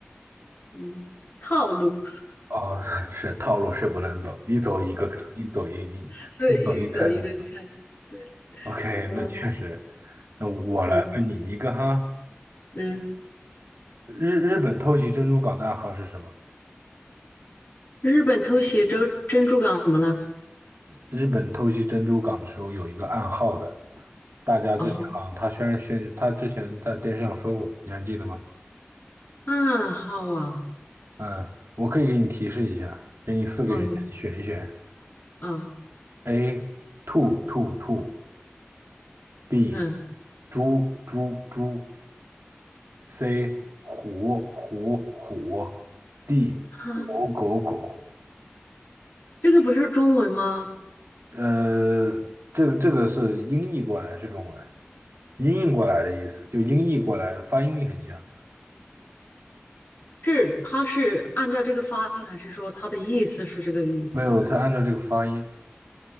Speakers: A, on the left; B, on the right.
A: 嗯，套路，
B: 啊、<laughs> 是套路是不能走，一走一个，一走一一一走一开我操
A: <laughs> 对，一个走一个看，对，
B: OK，
A: 呃，
B: 那确实，那我来问你一个哈，
A: 嗯嗯，
B: 日日本偷袭珍珠港的暗号是什么？
A: 日本偷袭珍珍珠港怎么了？
B: 日本偷袭珍珠港的时候有一个暗号的，大家之前好像他虽然宣他之前在电视上说过，
A: 哦，
B: 你还记得吗？
A: 暗号啊，
B: 嗯，我可以给你提示一下，给你四个选项，
A: 哦，你，
B: 你选一选。
A: 啊
B: A 兔兔兔，B
A: 嗯，
B: 猪猪猪，C 虎虎虎，D
A: 啊，
B: 狗狗狗。
A: 这个不是中文吗？
B: 呃，这个这个是音译过来是中文，音译过来的意思，就音译过来发音很像。
A: 是，它是按照这个发音，还是说它的意思是这个意思
B: 没有，他按照这个发音，